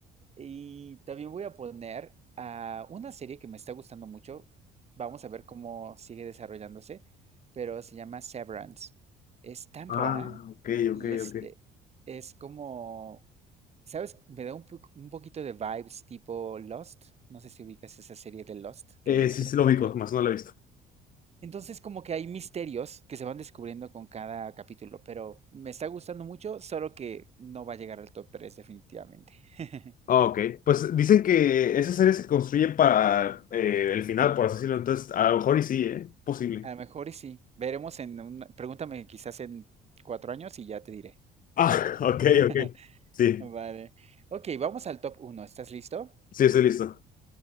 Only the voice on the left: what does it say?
Ah,
ok,
ok,
ok.
Eh,
sí,
sí
lo
ubico,
más no lo he visto.
Ah, ok. Pues dicen que esa serie se construye para eh, el final, por así decirlo, entonces a lo mejor y sí, ¿eh? Posible.
Ah, <laughs> ok,
ok. Sí,
sí, estoy listo.